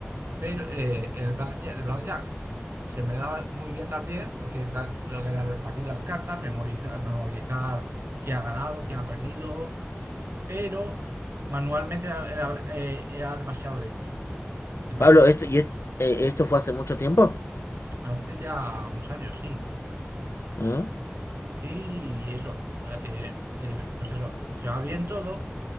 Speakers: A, on the right (about 65°); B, on the left (about 90°).
A: pero eh, el blackjack, el blackjack se me daba muy bien también, lo que, es dar- lo que era repartir las cartas, memorizar, memorizar quién ha ganado, quién ha perdido, pero manualmente era, era, eh, era demasiado lento, demasiado,
B: Pablo, esto, y es- eh, esto fue hace mucho tiempo?
A: hace ya unos años, sí.
B: Ajá.
A: Sí, y eso, ah, eh, eh, pues eso, se va bien todo.